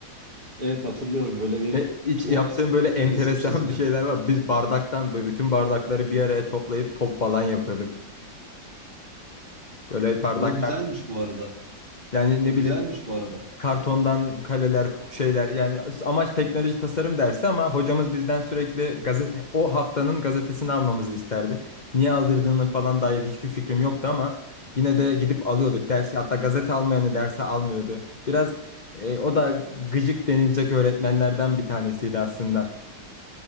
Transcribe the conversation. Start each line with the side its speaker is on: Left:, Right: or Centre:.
Right: Evet hatırlıyorum böyle bir
Left: Ne, hiç
Right: tuvalin
Left: yaptığın
Right: üzerine
Left: böyle enteresan
Right: resim çizme.
Left: bir şeyler var. Biz bardaktan böyle bütün bardakları bir araya toplayıp top falan yapıyorduk. Böyle bardaktan
Right: O güzelmiş bu arada.
Left: yani
Right: O
Left: ne bileyim
Right: güzelmiş bu arada.
Left: Kartondan kaleler, şeyler yani amaç teknoloji tasarım dersi ama hocamız bizden sürekli gazete o haftanın gazetesini almamızı isterdi. Niye aldırdığının falan dair hiçbir fikrim yoktu ama yine de gidip alıyorduk dersi. Hatta gazete almayanı derse almıyordu. Biraz e, o da gıcık denilecek öğretmenlerden bir tanesiydi aslında.